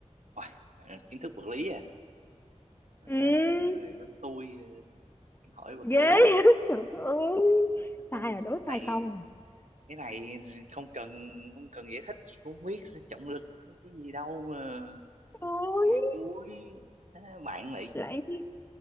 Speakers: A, on the right (about 80°); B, on the left (about 20°).
A: Uầy, bạn là kiến thức vật lý à Mình
B: Ừ,
A: thấy là người của tôi ờ, hỏi vật
B: ghê.
A: lý
B: <laughs> Trời ơi.
A: người của tôi
B: Sai rồi, đố
A: cái này
B: sai câu rồi.
A: cái này không cần không cần giải thích cũng không biết trọng lực cái gì đâu mà
B: Ôi,
A: nghề tôi á, bạn lại
B: lại